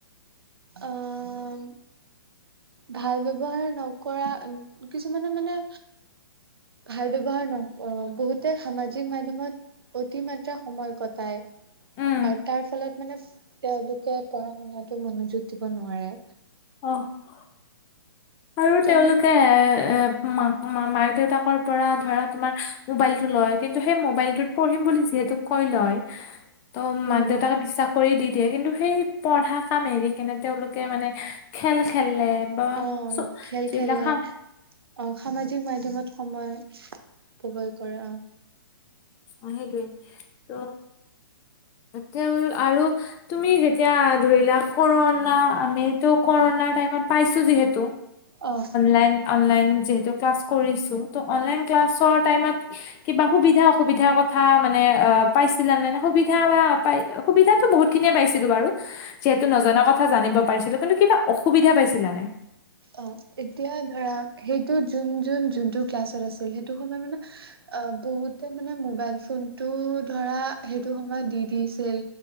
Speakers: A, on the right; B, on the left.
A: অঁ ভাল ব্যৱহাৰ নকৰা কিছুমানে মানে। ভাল ব্যৱহাৰ ন অঁ বহুতে সামাজিক মাধ্যয়মত অতিমাত্ৰা সময় কটায়
B: উম।
A: আৰু তাৰ ফলত মানে তেওঁলোকে পঢ়া শুনাতো মনোযোগ দিব নোৱাৰে।
B: অ' আৰু
A: তেনে
B: তেওঁলোকে এ মাকা মাক দেউতাকৰ পৰা ধৰা তোমাৰ মোবাইলতটো লয় কিন্তু সেই মোবাইলতত পঢ়িম যিহেতো কৈ লয় ত মাক
A: উম
B: দেউতাক বিশ্বাস কৰি দি দিয়ে কিন্তু সেই পঢ়া কাম এৰি কিনে তেওঁলোকে মানে খেল খেলে বা-
A: অ
B: যি
A: খেল
B: যিদিনা
A: খেলে
B: খন।
A: অ সামাজিক মাধ্যমত সময় উপৱয় কৰে আহ
B: আহতোৱেই ত তেওঁ আৰু তুমি যেতিয়া ধৰিলা কৰোণ আমিতো কৰোণা টাইমত পাইছো যিহেতু।
A: অ অ
B: লন অনলাইন যিহেতু ক্লাছ কৰিছো ত অনলাইন ক্লাছৰ টাইমত কিবা সুবিধা অসুবিধাৰ কথা মানে অ পাইছিলা নে নে সুবিধা। সুবিা বা পাই সুবিধাতো বহুত খিনিয়ে পাইছিলো বাৰু যিহেতু নজনা কথা জানিব পাৰিছিলো কিন্তু কিবা। অসুবিধা পাইছিলা নাই?
A: অঁ এতিয়া ধৰা সেইটো যোন য যোনটো ক্লাছত আছিল সেইটো সময়ত মানে অঁ বহুতে মানে মোবাইল ফোনটো ধৰা সেইটো সময়ত দি দিছিল।